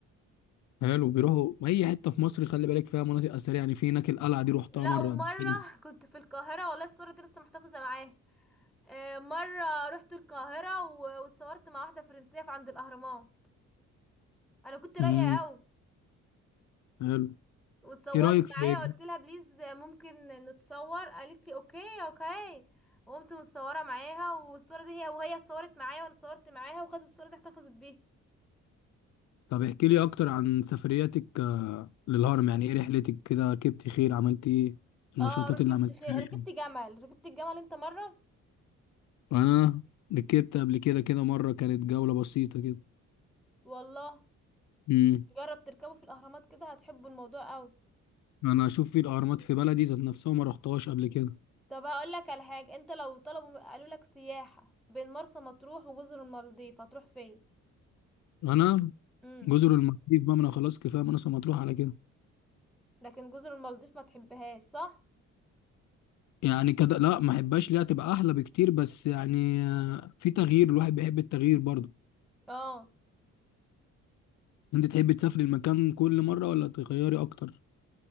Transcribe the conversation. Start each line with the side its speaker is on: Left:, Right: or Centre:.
Left: حلو بيروحوا اي حته في مصر خلي بالك فيها مناطق اثريه يعني في هناك القلعه دي روحتها
Centre: لا
Left: مره
Centre: ومرة
Left: قبل كده.
Centre: كنت في القاهرة والله الصورة دي لسه محتفظة معاها آه، مرة رحت القاهرة و- واتصورت مع واحدة فرنسية في عند الأهرامات أنا كنت رايقة
Left: امم
Centre: قوي
Left: حلو
Centre: واتصورت
Left: ايه رايك في
Centre: معايا قلت لها بليز ممكن نتصور قالت لي اوكي اوكي وقمت متصورة معاها والصورة دي هي وهي اتصورت معايا وانا اتصورت معاها وخدت الصورة دي احتفظت بيها
Left: طب احكي لي اكتر عن سفرياتك آه، للهرم يعني ايه رحلتك كده ركبت خيل عملت ايه النشاطات
Centre: اه ركبت
Left: اللي عملتها
Centre: خي... ركبت جمل ركبت الجمل انت مرة
Left: انا ركبت قبل كده كده مره كانت جوله بسيطه كده
Centre: والله
Left: امم
Centre: جرب تركبه في الأهرامات كده هتحبوا الموضوع قوي
Left: انا اشوف في الاهرامات في بلدي ذات نفسها ما رحتهاش قبل كده
Centre: طب هقول لك على حاجة انت لو طلبوا قالوا لك سياحة بين مرسى مطروح وجزر المالديف هتروح فين
Left: انا
Centre: امم
Left: جزر المالديف بقى ما انا خلاص كفايه مناصة مطروح على كده
Centre: لكن جزر المالديف ما تحبهاش صح
Left: يعني كده لا ما احبهاش ليها تبقى احلى بكتير بس يعني آه، في تغيير الواحد بيحب التغيير برضه
Centre: اه
Left: انت تحب تسافري المكان كل مره ولا تغيري اكتر